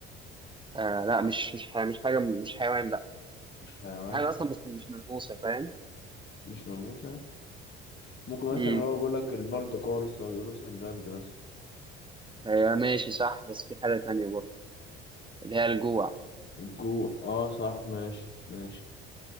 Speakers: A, on the right; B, on the left.
A: آه لا مش مش حاجة مش حاجة مش حيوان لا
B: مش حيوان
A: هي حاجة أصلا مش مش ملموسة فاهم
B: مش ماموسة ممكن
A: مم.
B: مثلا اللي هو بيقول لك البرد كورس لو يقرصنا البرد مثلا
A: هي ماشي صح بس في حاجة تانية برضه اللي هي الجوع
B: الجوع اه صح ماشي ماشي